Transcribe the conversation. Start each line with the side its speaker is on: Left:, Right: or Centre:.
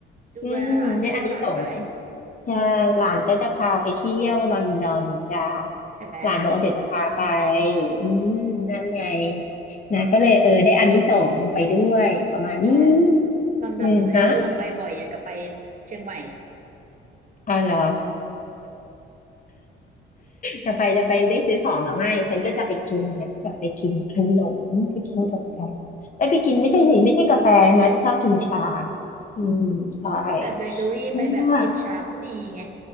Right: ดูแลหลานช่วยหลานไป
Left: อืมได้อานิสงส์ใช่หลานก็จะพาไปเที่ยวลอนดอนจ้า
Right: เห็นไหม
Left: หลานบอกว่าเดี๋ยวจะพาไปอืมนั่นไงนะก็เลยเออได้อานิสงส์ไปด้วยประมาณนี้
Right: นะลอนดอนอยู่แค่เอื้อมไปบ่อยอย่างกับไป
Left: อืมฮะ
Right: เชียงใหม่
Left: อ๋อเหรอ จะไปจะไปได้ซื้อของหรือไม่ฉันก็จะไปกินไงอยากไปกินขนมไปกินกาแฟเอ้ยไปกินไม่ใช่สิไม่ใช่กาแฟนะจะชอบกินชาอืมใช่
Right: แต่เบเกอรี่ไปแบบจิบชาผู้ดีไง
Left: อ่า